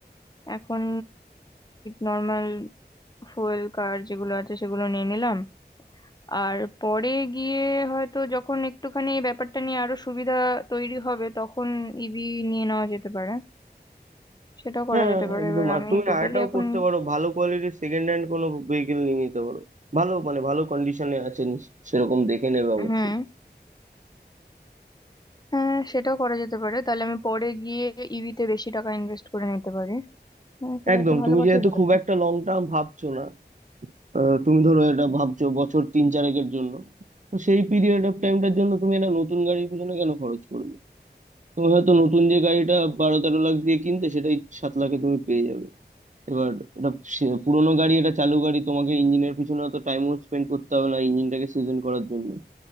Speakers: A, on the left (about 25°); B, on the right (about 45°).
A: এখন নর্মাল ফুয়েল কার যেগুলো আছে সেগুলো নিয়ে নিলাম আর পরে গিয়ে হয়তো যখন একটুখানি এই ব্যাপারটা নিয়ে আরো সুবিধা তৈরি হবে তখন ইভি নিয়ে নেওয়া যেতে পারে সেটাও করা
B: হ্যাঁ
A: যেতে পারে
B: একদম
A: এবার
B: আর
A: আমি
B: তুমি
A: টোটালি
B: আরেকটাও
A: এখন
B: করতে পারো ভালো কোয়ালিটির সেকেন্ড হ্যান্ড কোনো ভেহিকেল নিয়ে নিতে পারো ভালো মানে ভালো কন্ডিশনে আছে নিশ্চ- সেরকম দেখে নেবে অবশ্যই
A: হুম হ্যাঁ সেটাও করা যেতে পারে তাহলে আমি পরে গিয়ে ইভিতে বেশি টাকা ইনভেস্ট করে নিতে পারি হ্যাঁ সেটা
B: একদম
A: একটা ভালো
B: তুমি
A: কথাই
B: যেহেতু
A: বলেছো
B: খুব একটা লং টার্ম ভাবছো না আহ, তুমি ধরো এটা ভাবছো বছর তিন চারেকের জন্য তো সেই পিরিয়ড অফ টাইমটার জন্য তুমি একটা নতুন গাড়ির পিছনে কেন খরচ করবে তুমি হয়তো নতুন যে গাড়িটা বারো তেরো লাখ দিয়ে কিনতে সেটাই সাত লাখে তুমি পেয়ে যাবে এবার এটা সে- পুরোনো গাড়ি এটা চালু গাড়ি তোমাকে ইঞ্জিনের পিছনে অত টাইমও স্পেন্ড করতে হবে না ইঞ্জিনটাকে সিজন করার জন্য